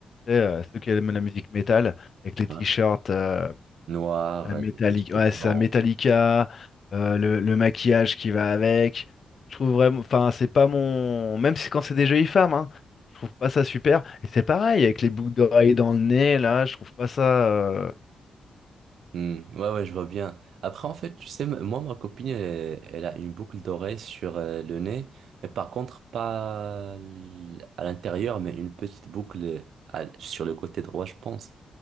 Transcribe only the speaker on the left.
Tu sais, euh, ceux qui aiment la musique métal, avec les t-shirts
euh,
euh,
métalli-
ouais,
ça, Metallica, euh, le, le maquillage qui va avec. Je trouve vraiment, enfin, c'est pas mon, même si quand c'est des jolies femmes, hein, je trouve pas ça super. Et c'est pareil avec les boucles d'oreilles dans le nez, là, je trouve pas ça. euh,